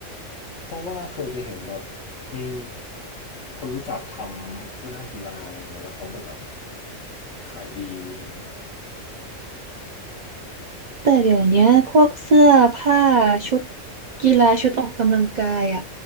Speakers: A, on the left (about 70°); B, on the right (about 60°).
A: เพราะว่าเคยไปเห็นแบบมีคนรู้จักทำเสื้อผ้ากีฬาอะไรอย่างเงี้ยแล้วเขาก็แบบขายดีอะไรอย่างเงี้ย
B: แต่เดี๋ยวเนี้ยพวกเสื้อผ้าชุดกีฬาชุดออกกำลังกายอ่ะ